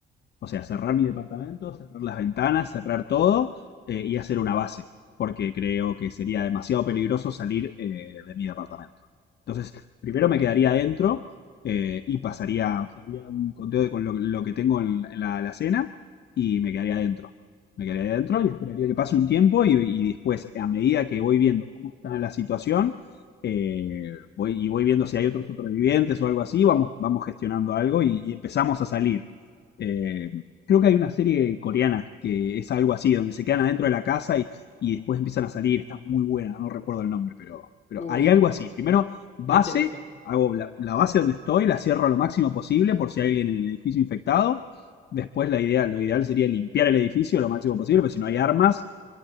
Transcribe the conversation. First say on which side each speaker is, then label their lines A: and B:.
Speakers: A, on the left (about 60°); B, on the left (about 35°).
A: O sea, cerrar mi departamento, cerrar las ventanas, cerrar todo eh, y hacer una base, porque creo que sería demasiado peligroso salir eh, de mi departamento. Entonces, primero me quedaría adentro eh, y pasaría, o sea, haría un conteo de con lo, lo que tengo en, en la alacena y me quedaría adentro. Me quedaría adentro y esperaría que pase un tiempo y, y después, a medida que voy viendo cómo está la situación, eh, voy, y voy viendo si hay otros supervivientes o algo así, vamos, vamos gestionando algo y, y empezamos a salir. Eh, Creo que hay una serie coreana que es algo así, donde se quedan adentro de la casa y, y después empiezan a salir. Está muy buena, no recuerdo el nombre, pero, pero
B: uh,
A: hay algo así. Primero, base,
B: me interesa.
A: hago la, la base donde estoy, la cierro a lo máximo posible por si hay alguien en el edificio infectado. Después, la idea, lo ideal sería limpiar el edificio lo máximo posible, pero si no hay armas,